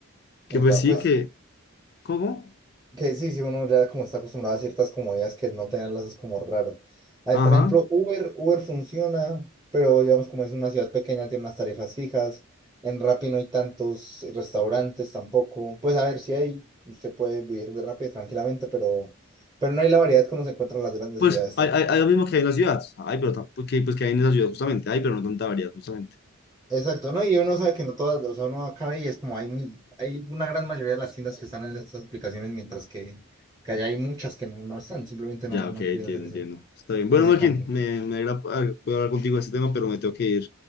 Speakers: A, on the left (about 45°); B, on the right (about 15°).
A: que
B: Epa,
A: pues sí,
B: pues
A: que, ¿cómo?
B: Que sí, sí, uno ya como está acostumbrado a ciertas comodidades que no tenerlas es como raro. A ver,
A: Ajá.
B: por ejemplo, Uber, Uber funciona, pero digamos como es una ciudad pequeña, tiene unas tarifas fijas. En Rappi no hay tantos restaurantes tampoco. Pues a ver si hay, usted puede vivir de Rappi tranquilamente, pero, pero no hay la variedad que uno se encuentra en las grandes
A: Pues
B: ciudades.
A: hay,
B: tam-
A: hay, hay lo mismo que hay en las ciudades. Hay, pero tam- porque, pues que hay en esas ciudades justamente. Hay, pero no tanta variedad, justamente.
B: Exacto, ¿no? Y uno sabe que no todas, o sea, uno acaba y es como hay, mil- hay una gran mayoría de las tiendas que están en estas aplicaciones, mientras que, que allá hay muchas que no, no están, simplemente
A: Ya,
B: no, no
A: ok,
B: han
A: entiendo,
B: querido hacer ese,
A: entiendo. Está bien. Bueno,
B: ese
A: Marquín,
B: cambio.
A: me, me alegra ah, poder hablar contigo de este tema, pero me tengo que ir.